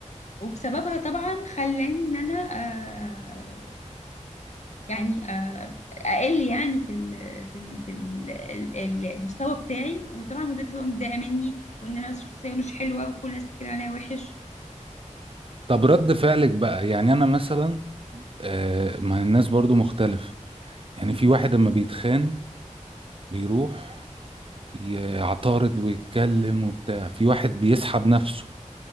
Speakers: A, on the left; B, on the right.
A: وبسببها طبعا خلاني ان انا آه يعني آه اقل يعني في ال في ال في ال ال- المستوى بتاعي وطبعا مديرتي بقى متضايقه مني وان انا شخصيه مش حلوه وكل الناس بتتكلم عليا وحش
B: طب رد فعلك بقى يعني انا مثلا آه ما الناس برضو مختلفة يعني في واحد اما بيتخان بيروح يعترض ويتكلم وبتاع في واحد بيسحب نفسه